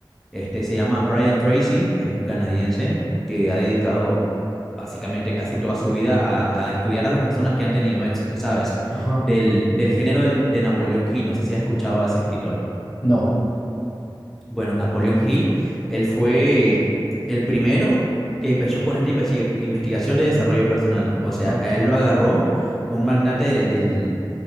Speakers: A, in the centre; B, on the left.
A: Este se llama Brian Tracy, es un canadiense que ha dedicado básicamente casi toda su vida a, a estudiar a las personas que han tenido éxito, ¿sabes?
B: ajá,
A: Del, del género del- de Napoleon Hill, no sé si has escuchado a ese escritor.
B: no,
A: Bueno, Napoleon Hill, él fue el primero que empezó con esta investi- investigación de desarrollo personal, o
B: ajá,
A: sea, a él lo agarró un magnate del, del,